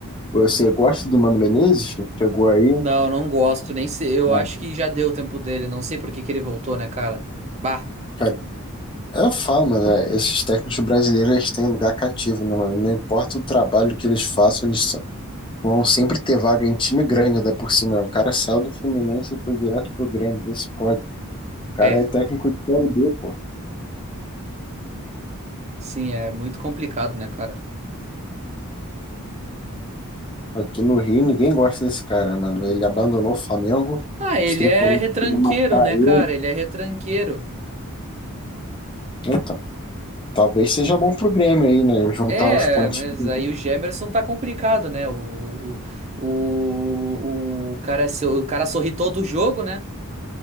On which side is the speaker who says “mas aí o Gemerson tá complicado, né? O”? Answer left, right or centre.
Right